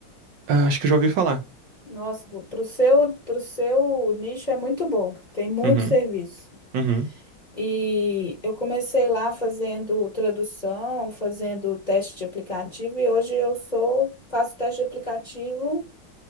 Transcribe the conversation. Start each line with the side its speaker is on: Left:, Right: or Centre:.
Right: Ah, acho que eu já ouvi falar.
Left: Nossa, para o seu, para o seu nicho é muito bom. Tem muito
Right: Uhum,
Left: serviço.
Right: uhum.
Left: E eu comecei lá fazendo tradução, fazendo teste de aplicativo e hoje eu sou faço teste de aplicativo